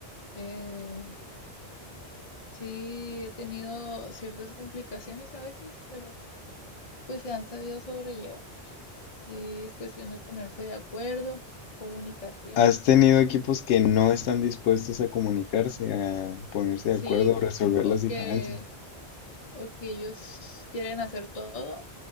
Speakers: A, on the left; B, on the left.
A: Eh, sí, he tenido ciertas complicaciones a veces, pero pues se han sabido sobrellevar. Sí, es cuestión de ponerse de acuerdo, comunicación,
B: ¿Has tenido equipos que no están dispuestos a comunicarse, a ponerse de
A: sí,
B: acuerdo o resolver
A: o
B: las diferencias?
A: que, o que ellos quieren hacer todo